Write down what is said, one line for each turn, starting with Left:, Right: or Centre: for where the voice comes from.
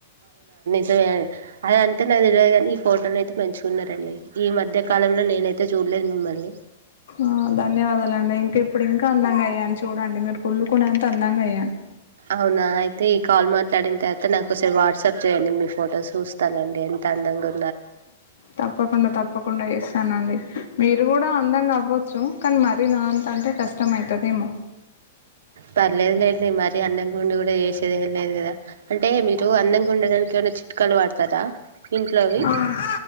Right: <unintelligible> అదంతే నాక్ తెల్విద్ కానీ ఈ ఫోటోలో అయితే మంచిగునరండి ఈ మధ్య కాలంలో నేనైతే చూడ్ లెద్మే మరి
Left: ఆ ధన్యవాదాలు అండి ఇంకా ఇప్పుడు ఇంకా అందంగా అయ్యాను చూడండి మీరు కుళ్లుకునేంత అందంగా అయ్యాను
Right: అవునా అయితే ఈ కాల్ మాట్లాడిన్ తర్వాత నాకోసారి వాట్సాప్ చేయండి మీ ఫొటోస్ చూస్తానండి తందంగు
Left: తప్పకుండ తప్పకుండ ఎస్త్ అనండి మీరు గుడా అందంగా అవొచ్చు కానీ మరీ నా అంత అంటే కష్టమైతదేమో
Right: పర్లేద్ లే నేన్ మరీ అందంగుండి కూడా చేసేదేలేద్ గదా అంటే మీరు అందంగా ఉండడానికి ఏమనా చిట్కాలు వాడతారా ఇంట్లోవి
Left: ఆహ్